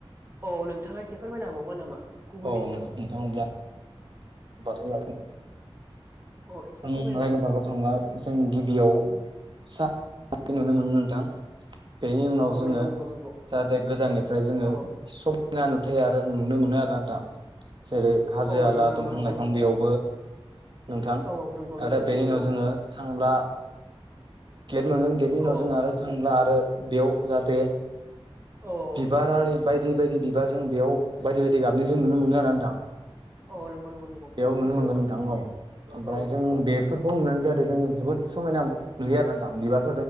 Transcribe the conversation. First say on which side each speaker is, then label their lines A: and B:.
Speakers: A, on the right; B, on the right.
A: औ नोंथाङा एसे फोरमायनो हाबावगोन नामा? गुबुननि
B: औ हागोन
A: सायाव
B: नोंथां अब्ला <unintelligible>
A: औ एसे
B: जों
A: फोरमायनाय
B: रायन पार्कआव थांब्ला जों गिबियाव सा <unintelligible> नुनो मोनो नोंथां। बेनि उनाव
A: औ
B: जोङो
A: नंगौ नंगौ नंगौ औ
B: जाहाथे गोजाननिफ्राय जोङो
A: औ
B: समायना नुथाय आरो। नुनो मोनो आरो नोंथां जेरै हाजो
A: औ
B: हाला
A: नंगौ नंगौ
B: दंफां
A: नंगौ
B: लाइफां बेयावबो नोंथां।
A: औ नंगौ
B: आरो
A: नंगौ
B: बेनि
A: सैथो
B: उनाव
A: औ
B: जोङो थांब्ला। गेट मोनो गेटनि उनाव
A: औ
B: जों आरो थांब्ला आरो बेयाव जाहाथे
A: औ औ
B: बिबारारि बायदि बायदि बिबार जों बेयाव बायदि बायदि गाबनि जों नुनो मोनो आरो नोंथां ।
A: औ नंगौ नंगौ नंगौ
B: बेयाव नुनो
A: सैथो
B: मोनगोन नोंथां औ। ओमफ्राय
A: औ
B: जों बेफोरखौ नुनानै ज जादों जों जोबोद समायना नुयो आरो नोंथां बिबार।